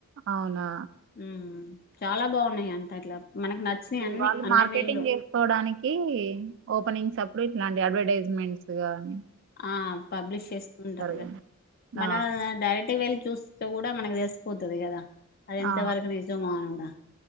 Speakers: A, on the right; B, on the left.
A: అవునా
B: ఉమ్, చాలా బాగున్నాయి అంట ఇట్లా మనకు నచ్చినయి అన్ని
A: వాళ్ళు
B: అన్ని
A: మార్కెటింగ్
B: వేలు
A: చేసుకోడానికి ఓ అప్పుడు ఇట్లాంటి అడ్వర్టైజ్మెంట్స్ గానీ
B: ఆ పబ్లిష్ చేస్తూ ఉంటారు
A: కదా
B: మనం
A: ఆ
B: డైరెక్ట్ వెళి చూస్త కూడా మనకి తెసిపోతుది కదా అది ఎంత
A: ఆ
B: వరకు నిజమో అని కూడా